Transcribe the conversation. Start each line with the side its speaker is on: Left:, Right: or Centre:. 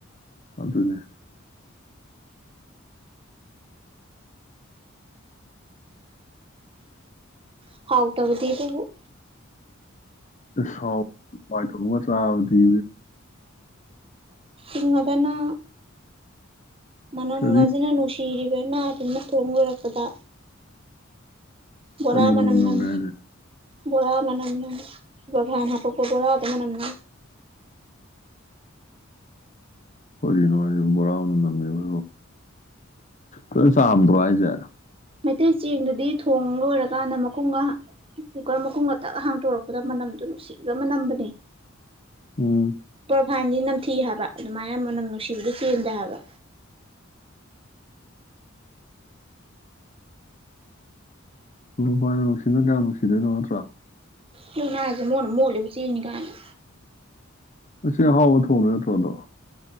Left: ꯑꯗꯨꯅꯦ
Right: ꯍꯥꯎ ꯇꯕꯗꯤ ꯑꯗꯨꯕꯨ
Left: ꯁꯥꯎ ꯊꯂꯉ ꯆꯥꯕꯗꯤ
Right: ꯁꯤꯉꯗꯅ ꯃꯅꯝꯒꯁꯤꯅ
Left: ꯀꯔꯤ
Right: ꯅꯨꯡꯁꯤꯔꯤꯕꯅꯁꯤꯅ ꯊꯣꯡ ꯂꯨꯔꯛꯄꯗ ꯕꯣꯔꯥ
Left: ꯀꯔꯤ ꯃꯅꯝ
Right: ꯃꯅꯝꯅꯝ
Left: ꯅꯝꯒꯦ ꯍꯥꯏꯁꯦ
Right: ꯕꯣꯔ ꯃꯅꯝ ꯀꯨꯄꯥꯚꯥꯏꯅ ꯍꯥꯄ ꯀ ꯄꯨ ꯇꯅ ꯃꯅ
Left: ꯍꯈꯣꯏꯒꯤ ꯅꯣꯁ ꯕꯣꯔꯥꯅ ꯅꯝꯃꯤꯕ ꯂꯣꯏ ꯆꯥꯝꯗ꯭ꯔꯣ ꯍꯥꯏꯁꯦ
Right: ꯃꯩꯇꯩ ꯆꯦꯡꯗꯨꯗꯤ ꯊꯣꯡ ꯂꯣꯏꯔꯀꯥꯟꯗ ꯃꯈꯨꯝꯒ ꯀꯨꯀꯔ ꯃꯈꯨꯝꯒ ꯇꯛ ꯍꯥꯡꯇꯣꯔꯛꯄꯗ ꯃꯅꯝꯗꯨꯣ ꯅꯨꯡꯁꯤꯒ ꯃꯅꯝꯕꯅꯦ
Left: ꯎꯝ
Right: ꯐꯥꯏꯟꯗꯤ ꯅꯝꯊꯤ ꯍꯥꯏꯕ ꯑꯗꯨꯃꯥꯏꯅ ꯃꯅꯝ ꯅꯨꯡꯁꯤꯕꯗꯨ ꯆꯦꯟꯗꯦ ꯍꯥꯏꯕ
Left: ꯄꯥꯥꯏꯅ ꯅꯨꯡꯁꯤꯅꯗ꯭ꯔꯥ ꯅꯨꯡꯁꯤꯗꯣꯏꯅꯣ ꯅꯠꯇ꯭ꯔꯥ
Right: ꯀꯅ ꯑꯖ ꯃꯅ ꯃ ꯍꯧꯂꯕꯨ ꯆ ꯀꯅꯤꯀ ꯍꯥꯏꯅ
Left: ꯑꯆꯥ ꯍꯥꯎ ꯊ ꯍꯅ ꯊꯗ